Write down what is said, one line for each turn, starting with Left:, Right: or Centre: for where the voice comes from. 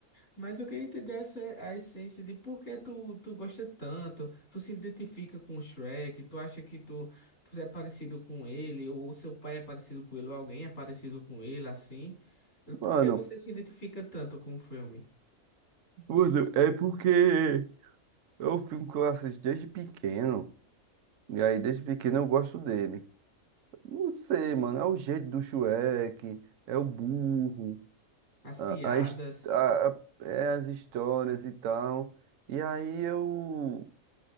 Left: Mas eu queria entender essa a essência de por que tu, tu gosta tanto, tu se identifica com o Shrek, tu acha que tu, tu é parecido com ele, ou seu pai é parecido com ele, ou alguém é parecido com ele, assim.
Right: Mano,
Left: Por que você se identifica tanto com o filme?
Right: mano, é porque é um filme que eu assisto desde pequeno. E aí, desde pequeno, eu gosto dele. Não sei, mano. É o jeito do Shrek, é o burro,
Left: As
Right: a,
Left: piadas.
Right: a his- a- a- é as histórias e tal. E aí eu.